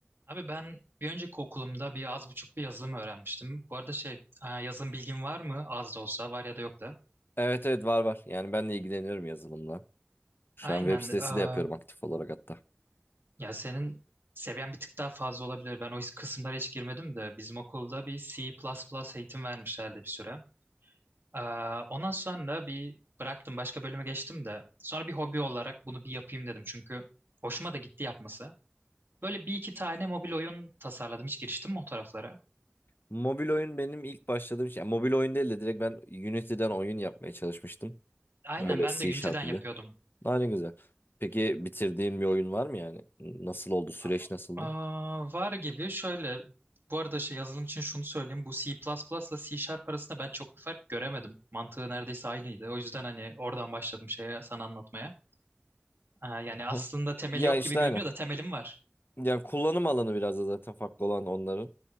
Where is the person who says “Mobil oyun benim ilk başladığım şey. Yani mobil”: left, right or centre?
Left